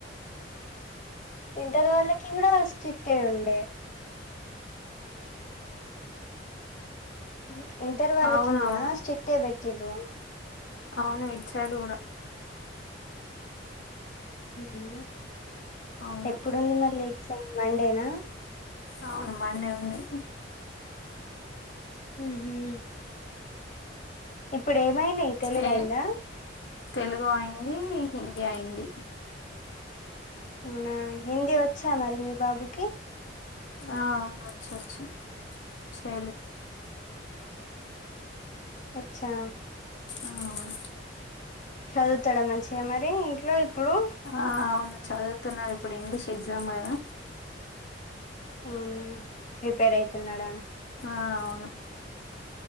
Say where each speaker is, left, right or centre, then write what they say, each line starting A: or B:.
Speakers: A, on the left; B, on the left.
A: ఇంటర్వలకి కూడా ఫస్ట్ స్ట్రిక్ట్ ఐ ఉండే హ ఇంటర్ వాళ్ళకి
B: అవునవును
A: కూడా స్ట్రిట్ఏ పెట్ తిరువ
B: అవును ఇచ్చాడు కూడా
A: మ్మ్
B: అవును
A: ఎప్పుడుంది మళ్ళీ నీకు మండేనా
B: అవును మండే ఉంది
A: హ్మ ఇప్పుడే మైనే తెలుగయింద
B: ఏ తెలుగు అయి హిందీ అయింది
A: అవునా హిందీ వచ్చా మరి మీ బాబు కి
B: ఆ అవును వచ్చ వచ్చు చెలు
A: వచ్చా
B: అవును
A: చదువుతాడు మంచిగా మరి ఇంట్లో ఇప్పుడు
B: ఆ అవును చదువుతున్నాడు ఇప్పుడు ఇంగ్లీష్ ఎగ్జామ్ కదా
A: అవునా ప్రిపేర్ అయితున్నాడా
B: ఆ అవును